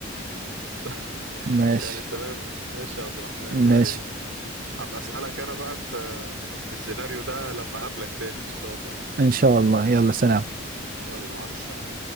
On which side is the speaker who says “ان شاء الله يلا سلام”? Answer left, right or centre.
Right